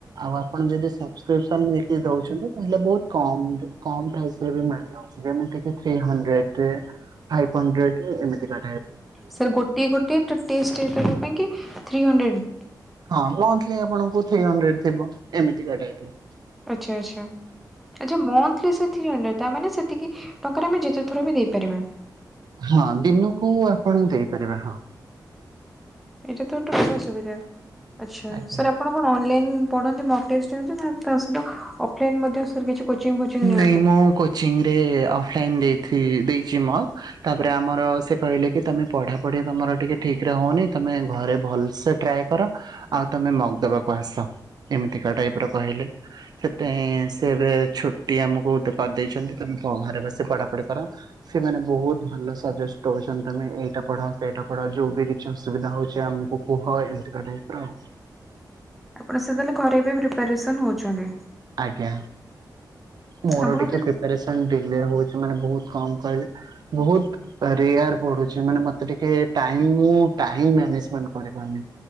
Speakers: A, on the right; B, in the centre.
A: ଆଉ ଆ ଆପଣ ଯଦି ସବସ୍କ୍ରିପସନ୍ ନେଇକି ଦଉଛନ୍ତି ତାହେଲେ ବହୁତ କମ୍ କମ୍ ପ୍ରାଇସରେ ବି ମିଳିଯାଉଛି ଯେମିତିକି ଥ୍ରୀ ହଣ୍ଡ୍ରେଡ ରେ। ଫାଇଭ୍ ହଣ୍ଡ୍ରେଡ ଏମିତି କ
B: ସାର୍ ଗୋଟେ ଗୋଟେ ଟେଷ୍ଟ ପାଇଁ କି ଥ୍ରୀ ହଣ୍ଡ୍ରେଡ।
A: ହଁ ମନ୍ଥଲି ଆପଣକୁ ଥ୍ରି ହଣ୍ଡ୍ରେଡ ଥିବ ହଁ ଏମିତିକା ଟାଇପର।
B: ଆଚ୍ଛା ଆଚ୍ଛା ଆଚ୍ଛା ମନ୍ଥଲି ସେଇ ଥ୍ରି ହଣ୍ଡ୍ରେଡ। ତାମାନେ ସେତିକି ଟଙ୍କାରେ ଆମେ ଯେତେଥର ବି ଦେଇପାରିବା।
A: ହଁ ଦିନକୁ ଆପଣ ଦେଇପାରିବେ ହଁ।
B: ଏଇଟା ତ ଗୋଟେ ବଢିଆ ସୁବିଧା ଆଛା
A: ଆଜ୍ଞା।
B: ସାର୍ ଆପଣ କଣ ଅନଲାଇନ୍ ପଢ଼ନ୍ତି ମକଟେଷ୍ଟ ରେ ନା ତା ସହିତ ଅଫଲାଇନ ମଧ୍ୟ ସାର୍ କିଛି। କୋଚିଂ ଫୋଚିଂ ନିଅନ୍ତି?
A: ନାଇଁ ମୁଁ କୋଚିଂ ରେ ଅଫ୍ଲାଇନ୍ ଦେଇଥି ଦେଇଛି ମଗ ତାପରେ ଆମର ସେ କହିଲେ କି ତମେ ପଢାପଢି ତମର ଟିକେ ଠିକ ରେ ହଉନି ତମେ ନାଇ ଘରେ ଭଲସେ ଟ୍ରାଏ କର ଆଉ ତମେ ମଗ ଦବାକୁ ଆସ। ଏମିତିକା ଟାଇପର କହିଲେ। ସେଥିପାଇଁ ସେ ଏବେ ଛୁଟି ଆମକୁ କରିଦେଇଛନ୍ତି ତ ଘରେ ବସି ପଢା ସେମାନେ ବହୁତ ଭଲ ସଜେଷ୍ଟ ଦଉଛନ୍ତି ତମେ ଏଇଟା ପଢ ସେଇଟା ପଢ ଯୋଉ ବି କିଛି ସୁବିଧା ହଉଛି ଆମକୁ କୁହ ଏମତି କା ଟାଇପ୍ ର ଆଉ।
B: ଆପଣ ସେତେଳେ ଘରେବେ ପ୍ରିପାରେସନ ହଉଛନ୍ତି।
A: ଆଜ୍ଞା ମୋର
B: ଆପଣଙ୍କୁ
A: ଟିକେ
B: ସାର୍
A: ପ୍ରିପାରେସନ୍ ଏଇଆ ହୋଉଛି ମାନେ ବହୁତ କମ୍ କହିବି ରେୟାରେ ପଡୁଚି ମତେ ଟିକେ ଟାଇମ୍ ମୁ ଟାଇମ୍ ମ୍ୟାନେଜମେଣ୍ଟ କରି ପାରୁନି।